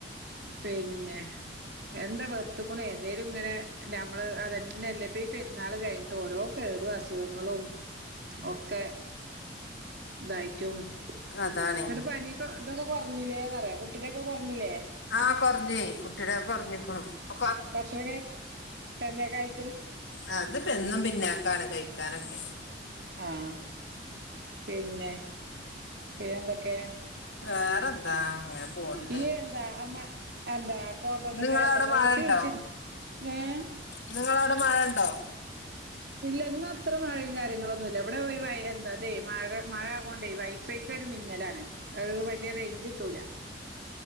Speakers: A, on the right (about 60°); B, on the left (about 80°).
A: പിന്നെ എന്താ വെറുത്തുക്കുണേയ് എന്തെങ്കിലും ഇങ്ങനെ നമ്മൾ അത് തന്നെ അല്ലെ ഈ പെരുന്നാൾ കഴിഞ്ഞിട്ട് ഓരോ കേടും അസുഖങ്ങളും ഒക്കെ ഇതായിട്ടും
B: അതാണ്
A: ഇങ്ങട്ട് പനി ഒക്കെ ഇതൊക്കെ കുറഞ്ഞില്ലേ ന്ന് പറ കുട്ടിന്റെ ഒക്കെ കുറഞ്ഞില്ലേ
B: ആഹ് കൊറഞ്ഞേ കുട്ടിയുടെ കൊറഞ്ഞിക്കണു ഇപ്പൊ
A: ഭക്ഷണം കഴിക്ക തന്നെ കഴി
B: ആ അത് ഇപ്പം എന്നും പിന്നോക്ക ആണ് കഴിക്കാനൊക്കെ
A: ആ പിന്നെ പിന്നെ എന്തൊക്കെ
B: വേറെന്താ അങ്ങനെ പോണ്ട്
A: ഇയ്യ് എന്താ അമ എന്താ കോട്ടത്ത്ക്ക്
B: ഇന്ന് ഇങ്ങളെ
A: എന്താ
B: അവിടെ
A: ഫൗസി
B: മഴ ഉണ്ടോ
A: വിളിച്ച് ഏഹ്
B: ഇന്ന് ഇങ്ങളെ അവിടെ മഴ ഉണ്ടോ
A: ഇല്ല ഇന്ന് അത്ര മഴയും കാര്യങ്ങളൊന്നും ഇല്ല ഇവിടെ എന്താ ഇത് മഴ മഴ ആയതുകൊണ്ട് വൈഫൈക്ക് ഒരു മിന്നൽ ആണ് അത് വലിയ റേഞ്ച് കിട്ടൂല